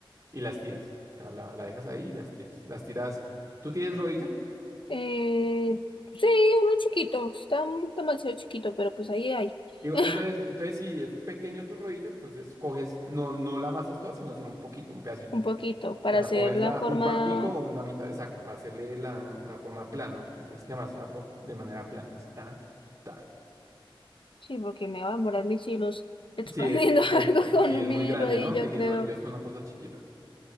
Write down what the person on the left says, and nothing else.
Eh, sí, uno chiquito, está un- demasiado chiquito, pero pues ahí hay.
<laughs>
Un poquito, para
hacer
la
forma...
Sí, porque me va a demorar mis hilos expandiendo
<laughs>
algo con
un
mini
rodillo,
creo.